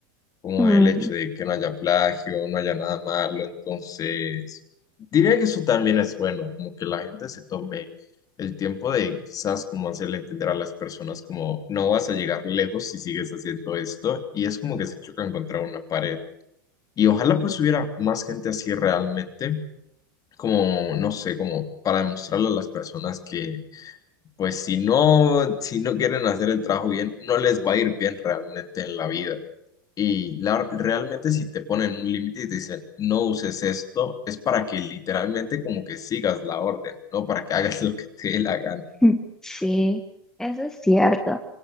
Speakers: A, on the left (about 30°); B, in the centre.
A: como
B: Mm,
A: el hecho de que no haya plagio, no haya nada malo. Entonces, diría que eso también es bueno, como que la gente se tome el tiempo de quizás como hacerle entender a las personas como no vas a llegar lejos si sigues haciendo esto y es como que se chocan contra una pared. Y ojalá pues hubiera más gente así realmente, como, no sé, como para demostrarle a las personas que pues si no, si no quieren hacer el trabajo bien, no les va a ir bien realmente en la vida. Y la- realmente si te ponen un límite y te dicen, no uses esto, es para que literalmente como que sigas la orden, no para que hagas <laughs> lo que te dé la gana.
B: <laughs> Sí, eso es cierto.